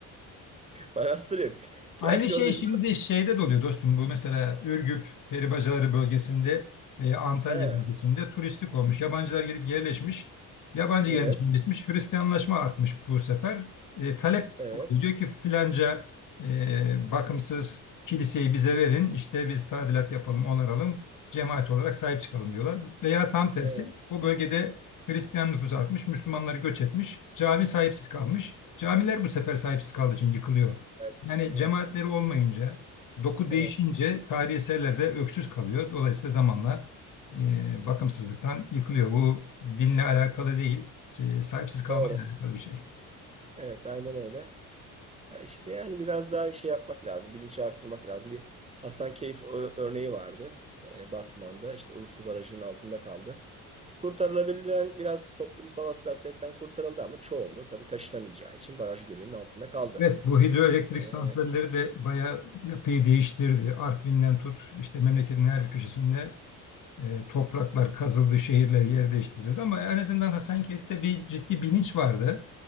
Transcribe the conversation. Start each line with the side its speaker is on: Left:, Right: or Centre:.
Right: Manastır yok. Gerçi
Left: Aynı şey
Right: orada
Left: şimdi
Right: şey...
Left: şeyde de oluyor dostum. Bu mesela Ürgüp, Peribacaları bölgesinde veya Antalya
Right: Ha,
Left: bölgesinde turistik olmuş. Yabancılar gelip yerleşmiş. Yabancı
Right: evet,
Left: gelmiş yerleşmiş. Hristiyanlaşma artmış bu sefer. E, talep
Right: evet,
Left: oluyor. Diyor ki filanca e, bakımsız kiliseyi bize verin. İşte biz tadilat yapalım, onaralım. Cemaat olarak sahip çıkalım diyorlar. Veya tam tersi
Right: evet,
Left: o bölgede Hristiyan nüfusu artmış. Müslümanları göç etmiş. Cami sahipsiz kalmış. Camiler bu sefer sahipsiz kaldığı için yıkılıyor.
Right: evet,
Left: Yani
Right: evet,
Left: cemaatleri olmayınca, doku değişince
Right: evet.
Left: tarihi eserler de öksüz kalıyor. Dolayısıyla zamanla e, bakımsızlıktan yıkılıyor. Bu dinle alakalı değil, şey, sahipsiz kalmayla
Right: Doğru.
Left: alakalı bir şey.
Right: Evet, aynen öyle. Ya işte yani biraz daha şey yapmak lazım. Bilinci arttırmak lazım. Bir Hasankeyf ö- örneği vardı. E, Batman'da işte Ilısu Barajı'nın altında kaldı. Kurtarılabilen biraz toplumsal hassasiyetten kurtarıldı ama çoğunluğu tabii taşınamayacağı için baraj gölünün altında kaldı.
Left: Evet, bu hidroelektrik
Right: Ee,
Left: santralleri de bayağı yapıyı değiştirdi. Artvin'den tut, işte memleketin her bir köşesinde E, topraklar kazıldı, şehirler yer değiştirildi ama en azından Hasankeyf'te bir ciddi bilinç vardı.